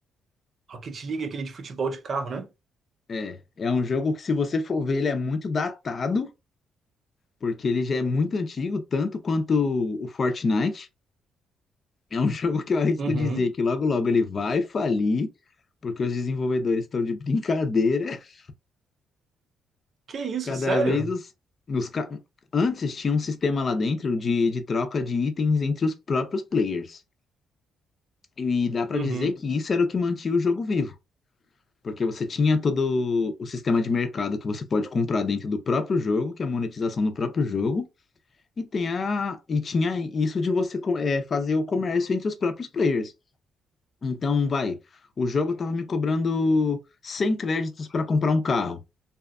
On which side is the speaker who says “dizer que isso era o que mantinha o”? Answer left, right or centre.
Left